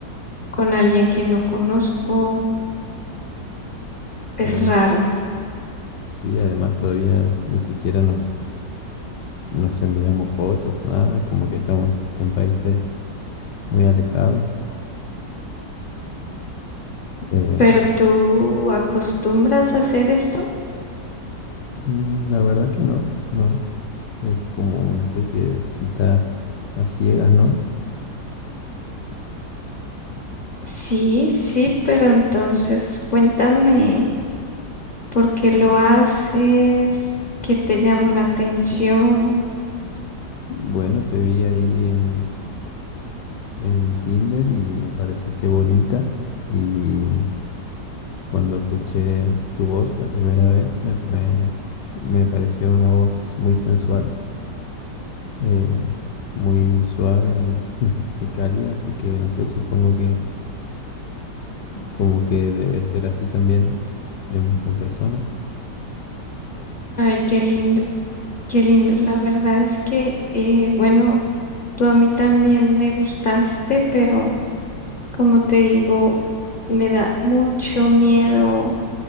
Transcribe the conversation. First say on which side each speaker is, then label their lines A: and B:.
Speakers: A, on the left; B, on the left.
A: con alguien que no conozco.
B: claro.
A: Es raro.
B: Sí, además todavía ni siquiera nos, nos enviamos fotos, nada, como que estamos en países muy alejados. Eh,
A: ¿Pero tú acostumbras a hacer esto?
B: mm, la verdad que no, no, es como una especie de cita a ciegas, ¿no?
A: Sí, sí, pero entonces cuéntame por qué lo haces, qué te llamó la atención.
B: Bueno, te vi ahí en, en Tinder y me pareciste bonita. Y cuando escuché tu voz la primera vez, me, me- me pareció una voz muy sensual, eh, muy suave, muy, <laughs> muy cálida. Así que no sé, supongo que como que debe ser así también en, en persona.
A: Ay, qué lindo. Qué lindo, la verdad es que, eh, bueno, tú a mí también me gustaste, pero como te digo, me da mucho miedo